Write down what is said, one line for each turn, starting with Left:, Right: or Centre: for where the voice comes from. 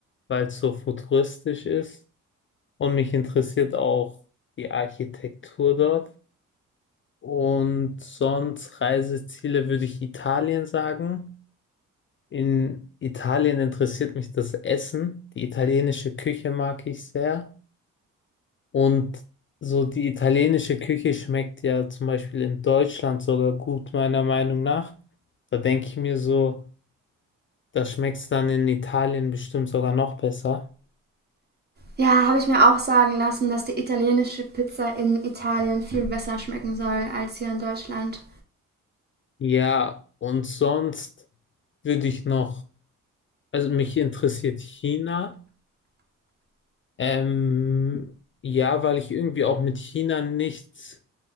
Left: weil es so futuristisch ist und mich interessiert auch die Architektur dort. Und sonst Reiseziele würde ich Italien sagen. In Italien interessiert mich das Essen. Die italienische Küche mag ich sehr. Und so die italienische Küche schmeckt ja zum Beispiel in Deutschland sogar gut, meiner Meinung nach. Da denke ich mir so, das schmeckt dann in Italien bestimmt sogar noch besser.
Right: Ja, habe ich mir auch sagen lassen, dass die italienische Pizza in Italien viel besser schmecken soll als hier in Deutschland.
Left: Ja, und sonst würde ich noch, also mich interessiert China. Ähm, ja, weil ich irgendwie auch mit China nichts.